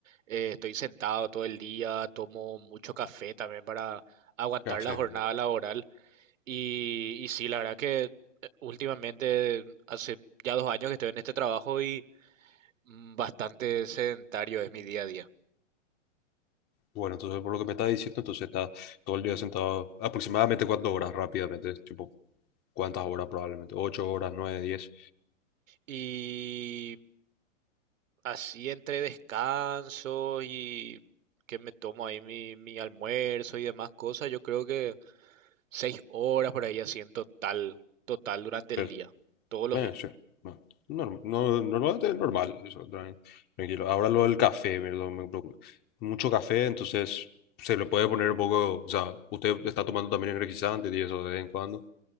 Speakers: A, on the right; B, on the left.
A: eh, estoy sentado todo el día, tomo mucho café también para aguantar
B: Café.
A: la jornada laboral. Y, y sí, la verdad que eh, últimamente, hace ya dos años que estoy en este trabajo y mm, bastante sedentario es mi día a día.
B: Bueno, entonces por lo que me está diciendo, entonces está todo el día sentado aproximadamente cuántas horas rápidamente, tipo, ¿cuántas horas probablemente? ¿Ocho horas, nueve, diez?
A: Y así entre descansos y que me tomo ahí mi, mi almuerzo y demás cosas, yo creo que seis horas por ahí así en total, total durante el
B: Pero,
A: día, todos los
B: bueno,
A: días.
B: sí. No, normal, no, normalmente es normal, eso, tran- tranquilo. Ahora lo del café, ¿verdad? Me preocupa. Mucho café, entonces se le puede poner un poco, o sea, usted está tomando también energizante y eso de vez en cuando,